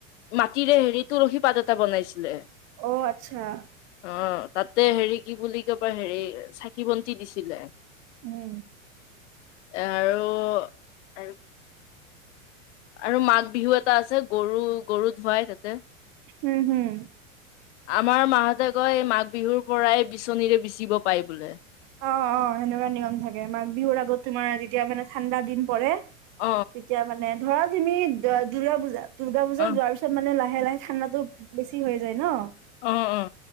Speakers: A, on the left (about 60°); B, on the right (about 45°).
A: মাটিৰে হেৰি তুলসী পাত এটা বনাইছিলে।
B: অ' আচ্ছা।
A: অ' তাতে হেৰি কি বুলি ক'বা হেৰি চাকি বন্তি দিছিলে।
B: উম।
A: আৰু আৰু মাঘ বিহু এটা আছে গৰু- গৰু ধুৱাই তাতে।
B: হম- হম।
A: আমাৰ মাহতে কয় এই মাঘ বিহুৰ পৰাই বিচনীৰে বিচিব পায় বোলে।
B: অ'-অ' সেনেকুৱা নিয়ম থাকে, মাঘ বিহুৰ আগত তোমাৰ যেতিয়া মানে ঠাণ্ডাৰ দিন পৰে। তেতিয়া
A: অ',
B: মানে ধৰা তুমি দুৰ্গা পুজা, দুৰ্গা পুজা
A: অ',
B: যোৱাৰ পিছত মানে লাহে <unintelligible> লাহে- লাহে ঠাণ্ডাটো বেছি হৈ যায় ন।
A: অ'- অ'।